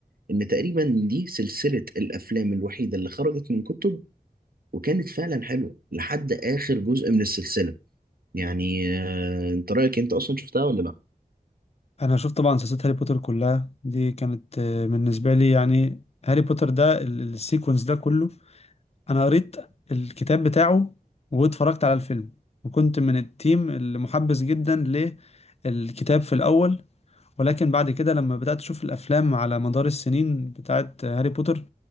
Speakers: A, on the right; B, on the left.
A: ان تقريبا دي سلسلة الافلام الوحيدة اللي خرجت من كتب وكانت فعلا حلوة لحد اخر جزء من السلسلة يعني آه، انت رأيك انت اصلا شفتها ولا لا
B: انا شفت طبعا سلسله هاري بوتر كلها دي كانت آه، بالنسبه لي يعني هاري بوتر ده ال- ال- السيكونس ده كله انا قريت الكتاب بتاعه واتفرجت على الفيلم وكنت من التيم اللي محبس جدا للكتاب في الاول ولكن بعد كده لما بدأت اشوف الافلام على مدار السنين بتاعت هاري بوتر